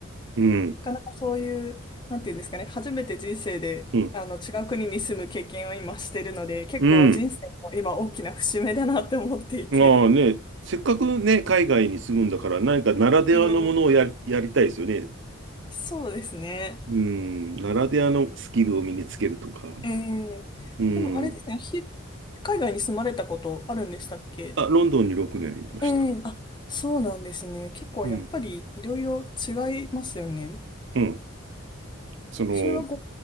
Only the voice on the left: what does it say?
なかなかそういう、なんていうんですかね、初めて人生であの違う国に住む経験を今してるので、
結構人生も今大きな節目だなって思っていて。
えー
そうですね。
えーでもあれですね、
ひ海外に住まれたことあるんでしたっけ
ええあ、そうなんですね。結構やっぱりいろいろ違いますよね。
それはご、